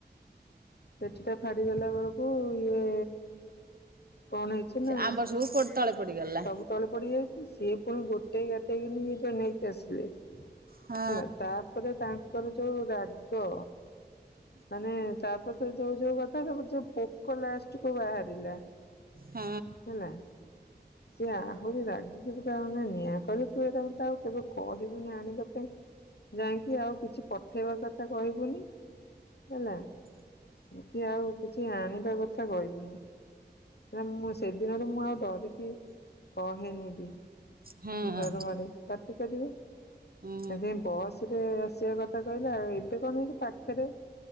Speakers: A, on the left; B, on the right.
A: ପେଟିଟା ଫାଡି ଗଲାବେଳକୁ ଇଏ କଣ ହେଇଛି ନା,
B: ସେ ଆମ୍ବ ସବୁ ପ ତଳେ ପଡିଗଲା
A: ସବୁ ତଳେ ପଡ଼ିଯାଇଛି। ସିଏ ପୁଣି ଗୋଟେ ଗାଟେ ଗୋଟେଇକିନି ଏଇଟା ନେଇକି ଆସିଲେ
B: ହଁ
A: ହେଲା। ତାପରେ ତାଙ୍କ ତାଙ୍କର ଯୋଉ ରାଗ, ମାନେ ତାପରେ ଯୋଉ ଯୋଉ କଥା କୁ ଯୋଉ ପୋକ ଲାଷ୍ଟକୁ ବାହାରିଲା
B: ହୁଁ।
A: ହେଲା ସିଏ ଆହୁରି ରାଗିକି ପୁରା ମାନେ ନିଆଁ। କହିଲେ ତୁ ଏଇଟା ମତେ ଆଉ କେବେ କହିବୁନି ଆଣିବା ପାଇଁ ଯାଇକି ଆଉ କିଛି ପଠେଇବା କଥା କହିବୁନି ହେଲା। କି ଆଉ କିଛି ଆଣିବା କଥା କହିବୁନି। ମୁଁ ସେଦିନରୁ, ମୁଁ ଆଉ ଡରିକି କହେନେବି।
B: ହଁ।
A: ଡର ମାଡେ ପାଟିକରିବେ,
B: ହୁଁ
A: ସେଥିପାଇଁ ବସ୍ ରେ ଆସିବା କଥା କହିଲା। ଏବେ କଣ ହେଇଛି ପାଖରେ?